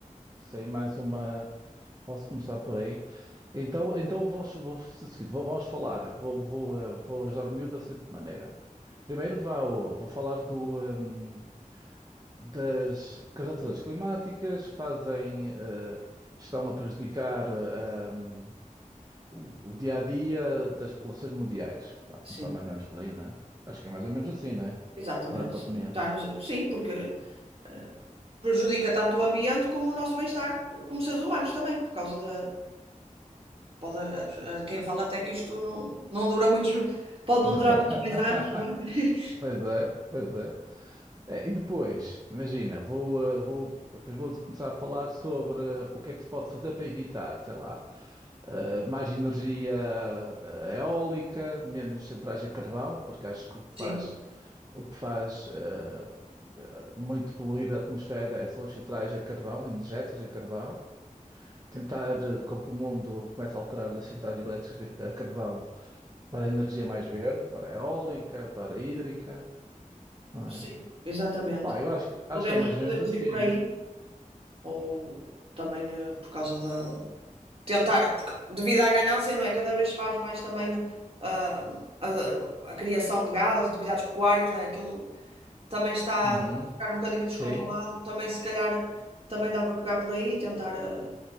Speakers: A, on the right; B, on the right.
A: sim, mais uma. Posso começar por aí. Então, então vamos, vamos fazer o seguinte, vou- vamos falar, vou, vou, eh, vou ajudar o miúdo da seguinte maneira. Primeiro vou, vou falar do, ehm, das, que as alterações climáticas fazem, eh, estão a prejudicar eh, ehm, o, o dia a dia das populações mundiais. Vai
B: Sim,
A: começar mais ou menos por aí, não é? Acho que é mais ou menos assim, não é?
B: exatamente,
A: Qual é a tua opinião?
B: sim. Está-nos- Sim, porque. eh, prejudica tanto o ambiente como o nosso bem-estar como seres humanos também, por causa da. Pode, a- a- quem fala até que isto não, não dura muitos. Pode
A: <laughs>
B: não durar muitos mais anos, não é? <laughs>
A: Pois é, pois é. É, e depois, imagina, vou, eh, vou, depois vou começar a falar sobre eh, o que é que se pode fazer para evitar, sei lá, eh, mais energia eh, eólica, menos centrais a carvão, porque acho que o que faz,
B: Sim,
A: o que faz eh, eh, muito poluir a atmosfera é- são as centrais a carvão, energéticas a carvão. Tentar eh, com que o mundo comece a alterar das centrais elétricas a a carvão para energia mais verde, para eólica, para hídrica, não
B: sim,
A: é?
B: exatamente.
A: Opa, eu acho que, acho
B: Podemos,
A: que é mais
B: podemos
A: ou menos assim,
B: ir por
A: né?
B: aí, ou também eh, por causa da. Tentar, porque devido à ganância, não é? Cada vez se faz mais também ah, a, a criação de gado, as atividades pecuárias, não é? Aquilo também está
A: Uhum.
B: a ficar um bocadinho
A: Sim,
B: descontrolado. Também, se calhar, também dá para pegar por aí e tentar. eh,